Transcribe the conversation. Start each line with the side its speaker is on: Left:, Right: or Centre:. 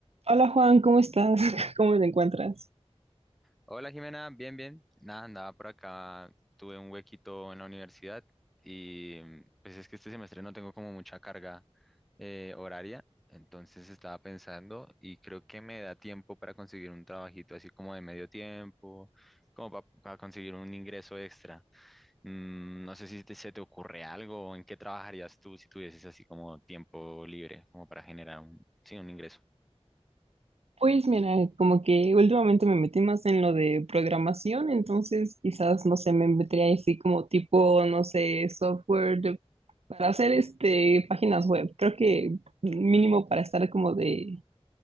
Right: Hola Juan, ¿cómo estás? <laughs> ¿Cómo te encuentras?
Centre: Hola Jimena, bien, bien. Nada, andaba por acá, tuve un huequito en la universidad y mm, pues es que este semestre no tengo como mucha carga eh, horaria, entonces estaba pensando y creo que me da tiempo para conseguir un trabajito así como de medio tiempo, como para conseguir un ingreso extra. Mm, no sé si te- se te ocurre algo, o en qué trabajarías tú si tuvieses así como tiempo libre, como para generar un, sí, un ingreso.
Right: Pues mira, como que últimamente me metí más en lo de programación, entonces quizás, no sé, me metería así como tipo, no sé, software de- para hacer este páginas web. Creo que mínimo para estar como de